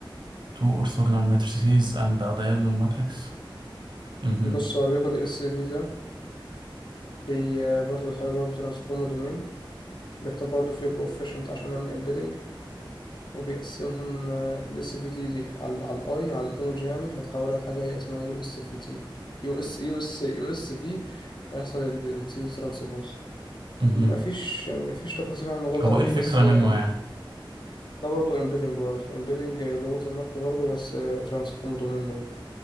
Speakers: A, on the right; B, on the left.
A: to or signal matrices and a diagonal matrix أممم
B: بص هو بياخد الاس في ده بي برضه بيحاول برضه ترانسفورم دومين بيختار برضه فيه كوفيشنت عشان يعمل امبيدنج وبيقسمهم الاس في دي دي على على الاي على الايمج يعني هتحولها لحاجه هي اسمها يو اس في تي يو اس يو اس يو اس في ويحصل التي دي ترانسبوز مفيش
A: أممم
B: يعني مفيش تفاصيل عن الموضوع ده
A: هو
B: قوي
A: إل فكرة
B: بس آه،
A: من نوعه
B: إنت- ده برضه امبيدنج برضه امبيدنج لغه المارك برضه بس ترانسفورم دومين برضه